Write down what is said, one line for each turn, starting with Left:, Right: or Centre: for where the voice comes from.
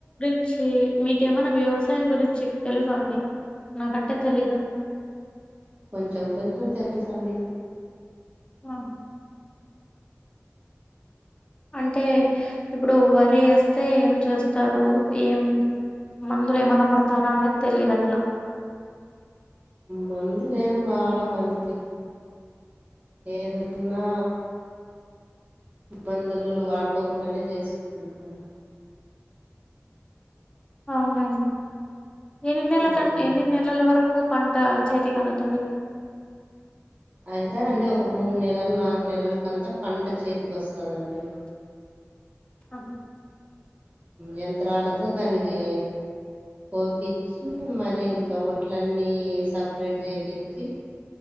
Left: చ్చి మీకేమనా వ్యవసాయం గురించి తెలుసా అండి నాకంటే తెలీదు
Right: కొంచెం కొంచెం తెలుసండి
Left: ఆ అంటే ఇప్పుడు వరి వేస్తే ఏం చేస్తారు ఏం మందులు ఏమన్నా కొడతారా అనేది తెలిదట్లా
Right: మందులేం వాడమండి ఏదు నా మందులలో వాడుకోకుండానే చేసుకుంట
Left: అవునండి ఎన్ని నెల
Right: అవునండి
Left: కంట ఎన్ని నెలల వర కు పంట చేతి కందుతది
Right: అవుతదండి ఒక మూడు నెలలు నలుగు నెలలకంతా పంట చేతికి వస్తదండి
Left: అ
Right: యంత్రాలతో దానికి కోపిచ్చి మరి ఇంకా ఒక అట్లన్నీ సపరేట్ చేయిించి